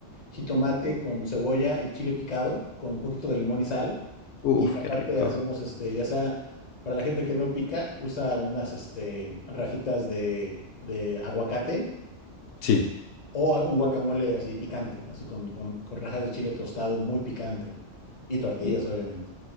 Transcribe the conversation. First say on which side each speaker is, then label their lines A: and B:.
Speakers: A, on the left; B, on the left.
A: jitomate con cebolla y chile picado, con un poquito de limón y sal.
B: Uf,
A: Y aparte
B: qué rico.
A: hacemos, este, ya sea para la gente que no pica, usa unas, este, rajitas de, de aguacate
B: Sí.
A: o a- un guacamole así picante, así con, con, con rajas de chile tostado muy picante. Y tortillas, obviamente.